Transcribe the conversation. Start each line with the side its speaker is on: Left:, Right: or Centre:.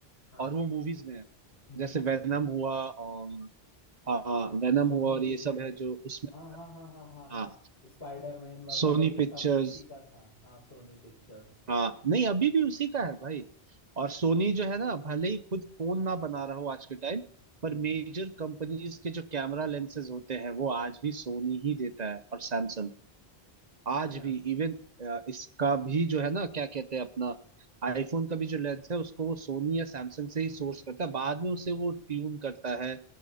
Left: हाँ
Right: और वो मूवीज में है
Left: मूवीज
Right: जैसे वेनम
Left: में
Right: हुआ और हाँ
Left: हाँ
Right: वेनम
Left: सोनी
Right: हुआ और ये
Left: एंटरटेन
Right: सब है जो उसमें
Left: हाँ हाँ हाँ हाँ हाँ हाँ
Right: हाँ
Left: स्पाइडरमैन वगैरह
Right: सोनी
Left: ये
Right: पिक्चर्स
Left: सब उसी का था हाँ सोनी पिक्चर्स
Right: हाँ नहीं अभी भी उसी का है भाई और सोनी जो है ना भले ही खुद फोन ना बना रहा हो आज के टाइम
Left: हम्म
Right: पर मेजर कंपनीज के जो कैमरा लेंसेज होते हैं वो आज भी सोनी ही देता है और सैमसंग आज
Left: अच्छा
Right: भी इवन इसका भी जो है ना क्या कहते हैं अपना आईफोन का भी जो लेंस है उसको वो सोनी या सैमसंग से ही सोर्स करता है बाद में उसे वो ट्यून करता है